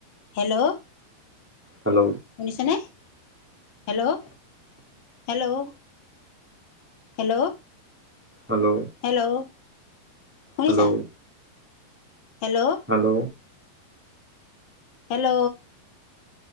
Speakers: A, on the left; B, in the centre.
A: Hello.
B: Hello.
A: শুনিছানে? hello, Hello? Hello.
B: Hello.
A: Hello. শুনিছা
B: hello.
A: Hello.
B: Hello.
A: Hello.